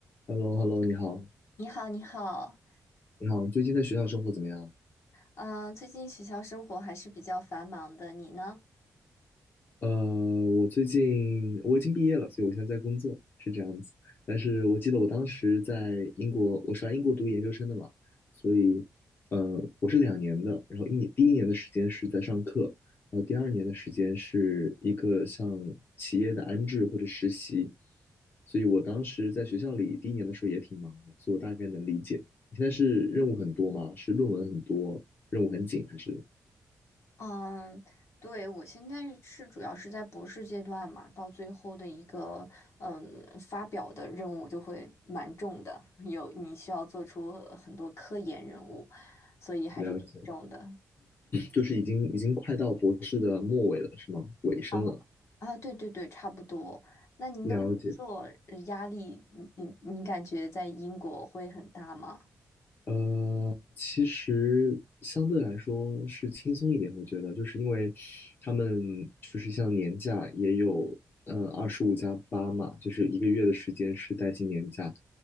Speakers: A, on the left; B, on the left.
A: h e l l o h e l l o 你好，
B: 你好，你好，
A: 你好，最近在学校生活怎么样？
B: 嗯，最近学校生活还是比较繁忙的，你呢？
A: 呃，我最近我已经毕业了，所以我现在在工作，是这样子。但是我记得我当时在英国，我是来英国读研究生的嘛，所以，呃，我是两年的，然后一年第一年的时间是在上课，然后第二年的时间是一个像企业的安置或者实习，所以我当时在学校里第一年的时候也挺忙的，所以我大概能理解。你现在是任务很多吗？是论文很多，任务很紧还是？
B: 嗯，对，我现在是主要是在博士阶段嘛，到最后的一个嗯发表的任务就会蛮重的，有你需要做出很多科研任务，所以还是挺重的。
A: 了解，就是已经已经快到博士的末尾了，是吗？尾声了，
B: 啊啊，对对对，差不多。那您的工作呃压力，
A: 了解。
B: 你你你感觉在英国会很大吗？
A: 呃，其实相对来说是轻松一点，我觉得，就是因为他们就是像年假也有，呃，二十五加八嘛，就是一个月的时间是带薪年假。